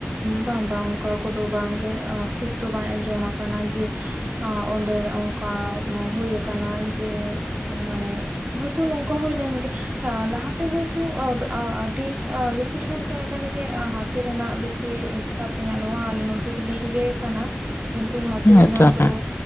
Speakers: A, on the right; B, on the left.
A: ᱵᱟᱝ ᱵᱟᱝ ᱚᱱᱠᱟ ᱠᱚᱫᱚ ᱵᱟᱝᱜᱮ ᱠᱷᱩᱵ ᱫᱚ ᱵᱟᱭ ᱟᱡᱚᱢᱟ ᱠᱟᱱᱟ ᱡᱮ ᱦᱮᱸ ᱚᱸᱰᱮ ᱚᱱᱠᱟ ᱦᱳᱭ ᱠᱟᱱᱟ ᱡᱮ ᱢᱟᱱᱮ ᱦᱳᱭᱛᱚ ᱱᱚᱝᱠᱟ ᱦᱩᱭ ᱞᱮᱱᱜᱮ ᱞᱟᱦᱟᱛᱮ ᱦᱳᱭᱛᱳ ᱟᱹᱰᱤ ᱵᱮᱥᱤ ᱵᱮᱥᱤᱨ ᱵᱷᱟᱜᱽ ᱡᱟᱭᱜᱟ ᱨᱮᱜᱮ ᱦᱟᱹᱛᱤ ᱨᱮᱱᱟᱜ ᱵᱤᱥᱤ ᱩᱛᱯᱟᱛ ᱧᱮᱞᱚᱜᱼᱟ ᱟᱞᱮ ᱱᱚᱛᱮ ᱫᱚ ᱵᱤᱨ ᱜᱮ ᱠᱟᱱᱟ ᱠᱤᱱᱛᱩ ᱦᱟᱛᱤ
B: ᱦᱮᱸ
A: ᱨᱮᱱᱟᱜ
B: ᱛᱚ
A: ᱫᱚ
B: ᱦᱮᱸ